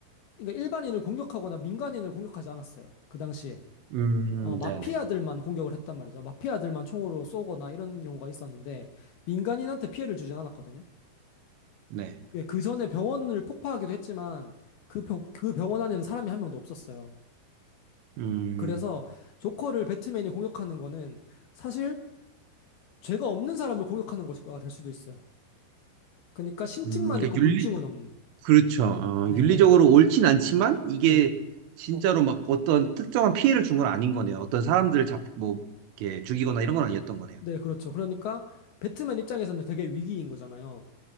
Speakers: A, on the left (about 65°); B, on the right (about 75°).
A: 그러니까 일반인을 공격하거나 민간인을 공격하지 않았어요. 그 당시에.
B: 음,
A: 어, 마피아들만
B: 네네.
A: 공격을 했단 말이죠. 마피아들만 총으로 쏘거나 이런 경우가 있었는데, 민간인한테 피해를 주진 않았거든요.
B: 네.
A: 예, 그 전에 병원을 폭파하기도 했지만, 그, 병- 그 병원 안에는 사람이 한 명도 없었어요.
B: 음,
A: 그래서 조커를 배트맨이 공격하는 거는 사실 죄가 없는 사람을 공격하는 것과 될 수도 있어요. 그러니까 심증만
B: 음, 그러니까
A: 있고
B: 윤리,
A: 물증은 없는.
B: 그렇죠. 어,
A: 예, 예,
B: 윤리적으로 옳진 않지만 이게
A: 예.
B: 진짜로 막 어떤 특정한 피해를 준 건 아닌 거네요. 어떤 사람들을 잡, 뭐, 이렇게 죽이거나 이런 건 아니었던 거네요.
A: 네, 그렇죠. 그러니까 배트맨 입장에서는 되게 위기인 거잖아요.